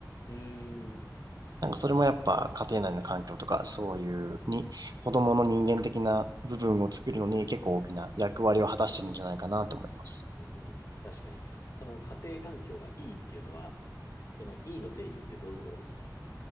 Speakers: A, on the left; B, on the right.
A: うん、うん、
B: なんかそれもやっぱ家庭内の環境とか、そういうに、子供の人間的な部分を作るのに結構大きな役割を果たしてるんじゃないかなと思います。
A: うん。確かに。その家庭環境がいいっていうのは、そのいいの定義ってどういうものですか